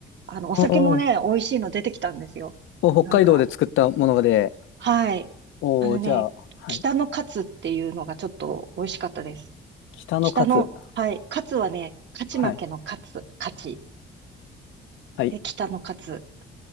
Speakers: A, on the right (about 65°); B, on the left (about 80°).
A: あの、お酒もね、
B: おー
A: 美味しいの出てきたんですよ。
B: お、北海道で作ったもので、
A: なんか、はい。
B: おお、
A: あのね、
B: じゃあ、はい。
A: 北のカツっていうのがちょっと美味しかったです。
B: 北のカツ。
A: 北の、はい。カツはね、勝ち負けのカツ、
B: はい。
A: 勝ち。
B: はい。
A: で、北のカツっ